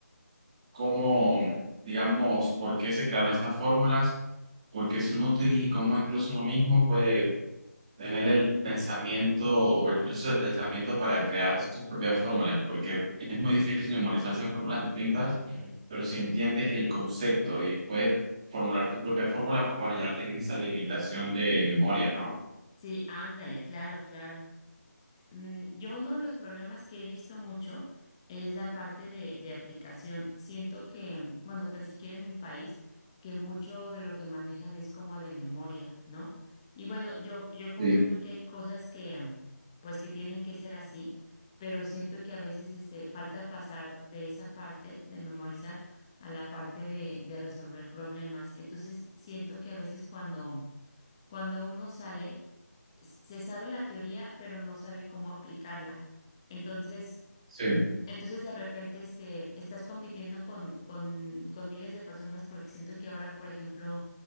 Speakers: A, on the right (about 20°); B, on the left (about 15°).
A: cómo, digamos, por qué se crearon estas fórmulas, por qué son útiles y cómo incluso uno mismo puede tener el pensamiento o el proceso de pensamiento para crear sus propias fórmulas, porque es muy difícil memorizarse en fórmulas distintas, pero si entiendes el concepto y puedes formular tu propia fórmula, pues bueno, ya no tienes esa limitación de memoria, ¿no?
B: sí, ándale, claro, claro. Mm, Yo uno de los problemas que he visto mucho es la parte de, de aplicación. Siento que, mm, bueno, tan siquiera en mi país, que mucho de lo que manejan es como de memoria, ¿no? Y bueno, yo, yo comprendo
A: Sí,
B: que hay cosas que, mm, pues, que tienen que ser así, pero siento que a veces, este, falta pasar de esa parte de memorizar a la parte de, de resolver problemas. Entonces, siento que a veces cuando mm, cuando uno sale, s- se sabe la teoría, pero no sabe cómo aplicarla. Entonces,
A: sí.
B: entonces de repente este, estás compitiendo con, con, con miles de personas porque siento que ahora, por ejemplo,